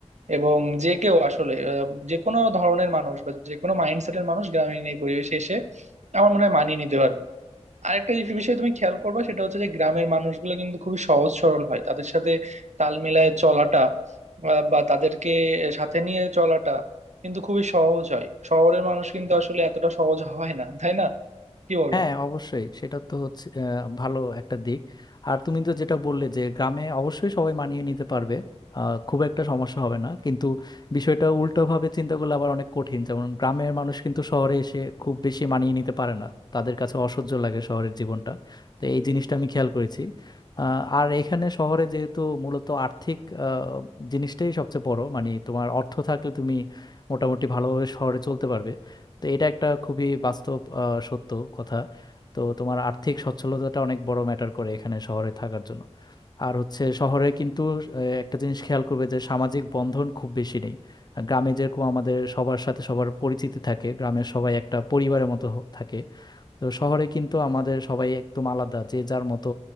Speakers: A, on the right; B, on the left.
A: এবং যে কেউ আসলে আহ, যে কোনো ধরনের মানুষ বা যে কোনো মাইন্ডসেটের মানুষ গ্রামীণ এই পরিবেশে এসে আমার মনে হয় মানিয়ে নিতে পারবে আরেকটা যে বিষয় তুমি খেয়াল করবে সেটা হচ্ছে যে গ্রামের মানুষগুলো কিন্তু খুবই সহজ সরল হয় তাদের সাথে তাল মিলায়ে চলাটা আহ, বা তাদেরকে সাথে নিয়ে চলাটা কিন্তু খুবই সহজ হয় শহরের মানুষ কিন্তু আসলে এতটা সহজ হয় না তাই না কি বলো
B: হ্যাঁ অবশ্যই সেটা তো হচ্ছে আহ, ভালো একটা দিক আর তুমি তো যেটা বললে যে গ্রামে অবশ্যই সবাই মানিয়ে নিতে পারবে আহ, খুব একটা সমস্যা হবে না কিন্তু বিষয়টা উল্টোভাবে চিন্তা করলে আবার অনেক কঠিন যেমন গ্রামের মানুষ কিন্তু শহরে এসে খুব বেশি মানিয়ে নিতে পারে না তাদের কাছে অসহ্য লাগে শহরের জীবনটা তো এই জিনিসটা আমি খেয়াল করেছি আহ, আর এখানে শহরে যেহেতু মূলত আর্থিক আহ, জিনিসটাই সবচেয়ে বড় মানে তোমার অর্থ থাকলে তুমি মোটামুটি ভালোভাবে শহরে চলতে পারবে তো এটা একটা খুবই বাস্তব আহ, সত্য কথা তো তোমার আর্থিক সচ্ছলতাটা অনেক বড় ম্যাটার করে এখানে শহরে থাকার জন্য আর হচ্ছে শহরে কিন্তু আহ, একটা জিনিস খেয়াল করবে যে সামাজিক বন্ধন খুব বেশি নেই আর গ্রামে যেরকম আমাদের সবার সাথে সবার পরিচিতি থাকে গ্রামের সবাই একটা পরিবারের মতো হ- থাকে তো শহরে কিন্তু আমাদের সবাই একদম আলাদা যে যার মতো